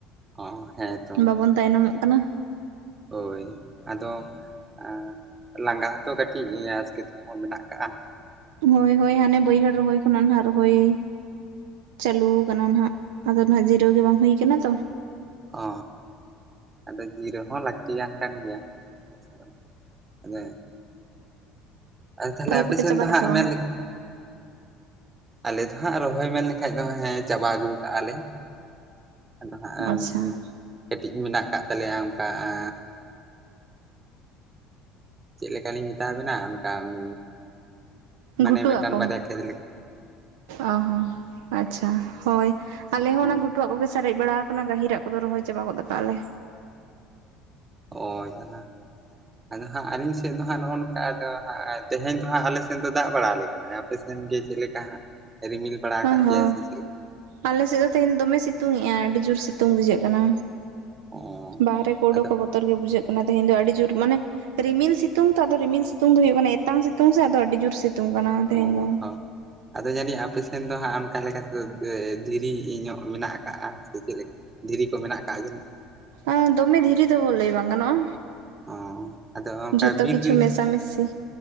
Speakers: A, on the right (about 25°); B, on the right (about 75°).
A: ᱚ ᱦᱮᱸᱛᱚ
B: ᱵᱟᱵᱚᱱ ᱛᱟᱭᱱᱚᱢᱚᱜ ᱠᱟᱱᱟ᱾
A: ᱦᱳᱭ ᱟᱫᱚ ᱟ ᱞᱟᱸᱜᱟ ᱦᱚᱛᱚ ᱠᱟᱹᱴᱤᱡ ᱟᱥᱠᱮᱛ ᱠᱚᱦᱚᱸ ᱢᱮᱱᱟᱜ ᱠᱟᱜᱼᱟ᱾
B: ᱦᱳᱭ ᱦᱳᱭ ᱦᱟᱱᱮ ᱵᱟᱹᱭᱦᱟᱹᱲ ᱨᱚᱦᱚᱭ ᱠᱷᱚᱱᱟᱜ ᱱᱟᱦᱟᱜ ᱨᱚᱦᱚᱭ ᱪᱟᱹᱞᱩ ᱠᱟᱱᱟ ᱱᱟᱦᱟᱜ ᱟᱫᱚ ᱱᱟᱦᱟᱜ ᱡᱤᱨᱟᱹᱣ ᱜᱮ ᱵᱟᱝ ᱦᱩᱭ ᱠᱟᱱᱟ ᱛᱚ᱾
A: ᱚ, ᱟᱫᱚ ᱡᱤᱨᱟᱹᱣ ᱦᱚᱸ ᱞᱟᱹᱠᱛᱤᱭᱟᱱ ᱠᱟᱱ ᱜᱮᱭᱟ, ᱦᱮᱸ ᱥᱮ᱾ ᱟᱫᱚ ᱟᱨ ᱛᱟᱦᱞᱮ
B: ᱨᱚᱦᱚᱭ
A: ᱟᱯᱮ
B: ᱠᱚᱯᱮ
A: ᱥᱮᱱ
B: ᱪᱟᱵᱟ
A: ᱫᱚ
B: ᱠᱮᱫᱟ
A: ᱦᱟᱸᱜ
B: ᱥᱮ ᱵᱟᱝ
A: ᱢᱮᱱ ᱟᱞᱮ ᱫᱚ ᱦᱟᱸᱜ ᱨᱚᱦᱚᱭ ᱢᱮᱱ ᱞᱮᱠᱷᱟᱡ ᱫᱚ ᱦᱮᱸ ᱪᱟᱵᱟ ᱟᱹᱜᱩ ᱠᱟᱜᱼᱟ ᱞᱮ᱾ ᱟᱫᱚ ᱦᱟᱸᱜ
B: ᱟᱪᱪᱷᱟ
A: ᱦᱩᱸ ᱠᱟᱹᱴᱤᱡ ᱢᱮᱱᱟᱜ ᱠᱟᱜ ᱛᱟᱞᱮᱭᱟ ᱚᱝᱠᱟ ᱟᱻ ᱪᱮᱜ ᱞᱮᱠᱟᱞᱤᱧ ᱢᱮᱛᱟᱣᱟᱵᱮᱱᱟ ᱚᱱᱠᱟ ᱩᱸ
B: ᱜᱷᱩᱴᱩᱣᱟᱜ
A: ᱢᱟᱱᱮ ᱢᱮᱫᱴᱟᱱ
B: ᱠᱚ
A: ᱵᱟᱨᱮᱭᱟ ᱠᱷᱮᱛ ᱞᱮ
B: ᱚ ᱦᱚᱸ ᱟᱪᱪᱷᱟ ᱦᱳᱭ, ᱟᱞᱮ ᱦᱚᱸ
A: ᱦᱮᱸ
B: ᱚᱱᱟ ᱜᱷᱩ ᱴᱩᱣᱟᱜ ᱠᱚᱜᱮ ᱥᱟᱨᱮᱡ ᱵᱟᱲᱟᱣ ᱠᱟᱱᱟ ᱜᱟᱹᱦᱤᱨᱟᱜ ᱠᱚᱫᱚ ᱨᱚᱦᱚᱭ ᱪᱟᱵᱟ ᱜᱚᱫ ᱠᱟᱜᱼᱟ ᱞᱮ᱾
A: ᱚ‌ ᱡᱟᱞᱟ᱾ ᱟᱫᱚ ᱦᱟᱸᱜ ᱟᱹᱞᱤᱧ ᱥᱮᱫ ᱫᱚ ᱦᱟᱸᱜ ᱱᱚᱜᱼᱚ ᱱᱚᱝᱠᱟ ᱟᱫᱚ ᱦᱟᱸᱜ ᱛᱮᱦᱮᱧ ᱫᱚ ᱦᱟᱸᱜ ᱟᱞᱮ ᱥᱮᱱ ᱫᱚ ᱫᱟᱜ ᱵᱟᱲᱟᱣ ᱟᱞᱮ ᱠᱟᱱᱟᱭ ᱟ ᱟᱯᱮ ᱥᱮᱱ ᱜᱮ ᱪᱮᱪ ᱞᱮᱠᱟ ᱦᱟᱸᱜ ᱨᱤᱢᱤᱞ ᱵᱟᱲᱟ ᱟᱠᱟᱫ
B: ᱚ ᱦᱚᱸ
A: ᱯᱮᱭᱟᱭ ᱥᱮ ᱪᱮᱫ ᱞᱮᱠᱟ
B: ᱟᱞᱮ ᱥᱮᱫ ᱫᱚ ᱛᱮᱦᱮᱧ ᱫᱚ ᱫᱚᱢᱮ ᱥᱤᱛᱩᱝᱮᱜᱼᱟ ᱟᱹᱰᱤ ᱡᱳᱨ ᱥᱤᱛᱩᱝ ᱵᱩᱡᱷᱟᱹᱜ ᱠᱟᱱᱟ᱾
A: ᱚ
B: ᱵᱟᱦᱨᱮ ᱠᱚ ᱳᱰᱚᱠᱚᱜ
A: ᱟᱫᱚ
B: ᱵᱚ ᱛᱚᱨ ᱜᱮ ᱵᱩᱡᱷᱟᱹᱜ ᱠᱟᱱᱟ ᱛᱮᱦᱮᱧ ᱫᱚ ᱟᱹᱰᱤ ᱡᱳᱨ ᱢᱟᱱᱮ ᱨᱤᱢᱤᱞ ᱥᱤᱛᱩᱝ ᱛᱚ ᱟᱫᱚ ᱨᱤᱢᱤᱞ ᱥᱤᱛᱩᱝ ᱫᱚ ᱦᱩᱭᱩᱜ ᱠᱟᱱᱟ ᱮᱛᱟᱝ ᱥᱤᱛᱩᱝ ᱥᱮ ᱟᱫᱚ ᱟᱹᱰᱤ ᱡᱳᱨ ᱥᱤᱛᱩᱝ ᱠᱟᱱᱟ
A: ᱚ
B: ᱛᱮᱦᱮᱧ ᱫᱚ᱾
A: ᱦᱳᱭ ᱟᱫᱚ ᱡᱟᱹᱱᱤᱡ ᱟᱯᱮ ᱥᱮᱱ ᱫᱚ ᱦᱟᱸᱜ ᱟᱱᱠᱟ ᱞᱮᱠᱟ ᱛᱮᱫᱚ ᱮ ᱫᱷᱤᱨᱤ ᱧᱚᱜ ᱢᱮᱱᱟᱜ ᱟᱠᱟᱜᱼᱟ ᱥᱮ ᱪᱮᱫ ᱞᱮᱠᱟ? ᱫᱷᱤᱨᱤ ᱠᱚ ᱢᱮᱱᱟᱜ ᱠᱟᱜᱼᱟ ᱡᱟᱹᱱᱤᱡ?
B: ᱮᱸ ᱫᱚᱢᱮ ᱫᱷᱤᱨᱤ ᱫᱚ ᱞᱟᱹᱭ ᱵᱟᱝ ᱜᱟᱱᱚᱜᱼᱟ᱾
A: ᱚ ᱟᱫᱚ ᱚᱱᱠᱟ
B: ᱡᱷᱚᱛᱚ
A: ᱵᱤᱨ
B: ᱠᱤᱪᱷᱩ
A: ᱵᱤᱨ,
B: ᱢᱮᱥᱟᱢᱤᱥᱤ